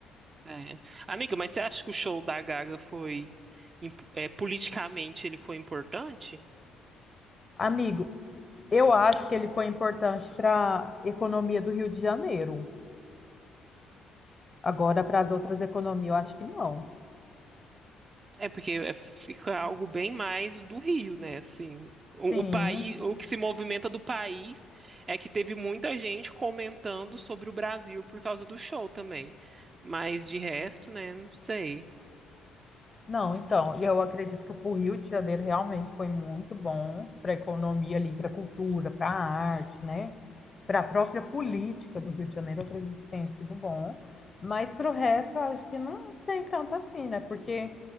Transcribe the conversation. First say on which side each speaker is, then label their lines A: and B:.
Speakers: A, on the right; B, on the left.
A: É. Amiga, mas você acha que o show da Gaga foi. imp- É, politicamente ele foi importante?
B: Amigo, eu acho que ele foi importante para a economia do Rio de Janeiro. Agora, para as outras economias, eu acho que não.
A: É porque é- fica algo bem mais do Rio, né? Assim, o,
B: Sim,
A: o país, o que se movimenta do país é que teve muita gente comentando sobre o Brasil por causa do show também. Mas de resto, né? Não sei.
B: Não, então, e eu acredito que para o Rio de Janeiro realmente foi muito bom para a economia ali, para a cultura, para a arte, né? Para a própria política do Rio de Janeiro, eu acredito que tenha sido bom. Mas para o resto, eu acho que não tem tanto assim, né? Porque,